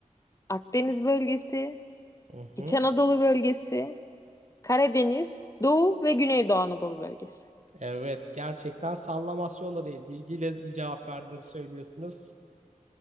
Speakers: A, on the left; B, on the right.
A: Akdeniz bölgesi,
B: hı. hı.
A: İç Anadolu bölgesi, Karadeniz, Doğu ve Güneydoğu Anadolu bölgesi.
B: Evet, gerçekten sallamasyon da değil. Bilgiyle cevap verdiğinizi söylüyorsunuz.